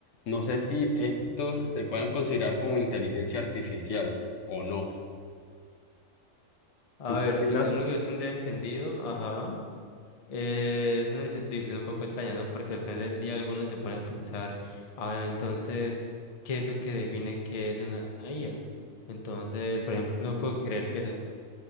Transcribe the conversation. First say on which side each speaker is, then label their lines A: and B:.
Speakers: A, on the left; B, on the left.
A: No sé si estos
B: Ujú.
A: se puedan considerar como inteligencia artificial o no.
B: A
A: ¿Tú
B: ver,
A: qué opinas?
B: pues según lo que yo tendría entendido, ajá. Eh, es una dise- división un poco extraña, ¿no? Porque al final del día luego uno se pone a pensar, a ver, entonces, ¿qué es lo que define qué es una IA? Entonces, por ejemplo, no puedo creer que sean